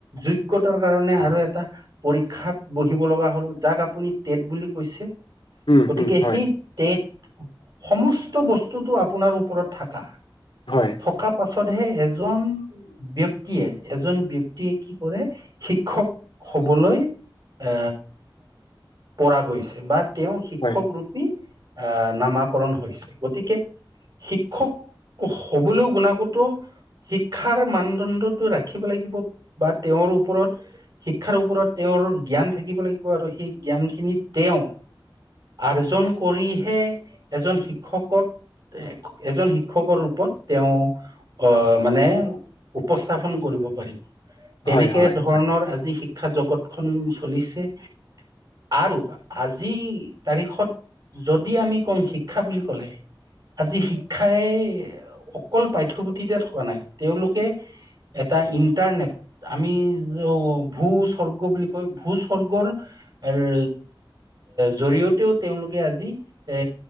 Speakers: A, on the right; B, on the left.
A: যোগ্যতাৰ কাৰণে আৰু এটা পৰীক্ষাত বহিব লগা হ'ল, যাক আপু আপুনি টেট বুলি কৈছে,
B: উম
A: গতিকে
B: উম হয়
A: সেই টেট সমস্ত বস্তুতটো আপোনাৰ ওপৰত থাকা।
B: হয়
A: থকা পাছত <unintelligible> এজন ব্যক্তিয়ে এজন ব্যক্তিয়ে কি কৰে, শিক্ষক শু'বলৈ আ, পৰা গৈছে বা, তেওঁ শিক্ষক
B: হয়
A: ৰূপী আ, নামাকৰণ হৈছে গতিকে শিক্ষক হ'বলৈও গুণাগতো শিক্ষাৰ মানদণ্ডটো ৰাখিব লাগিব, বা তেওঁৰ ওপৰত শিক্ষাৰ ওপৰত তেওঁ <unintelligible> জ্ঞান থাকিব লাগিব আৰু সেই জ্ঞান খিনি তেওঁ আৰ্জন কৰিহে এজন শিক্ষক'ক এজন শিক্ষকৰ ৰূপত তেওঁ অহ মানে, উপস্থাপন কৰিব পাৰিব। তেনেকে
B: হয় হয়
A: ধৰণৰ
B: হয়
A: আজি শিক্ষা জগতখন চলিছে। আৰু আজি তাৰিখত যদি আমি কওঁ, শিক্ষা বুলি ক'লে আজি শিক্ষাই অকল পাঠ্যপুথিতে থকা নাই, তেওঁলোকে এটা ইন্টাৰনেট, আমি য'ত ভূ-স্বৰ্গ বুলি কয় ভূ-স্বৰ্গৰ আৰু এৰ জৰিয়তেও তেওঁলোকে আজি এ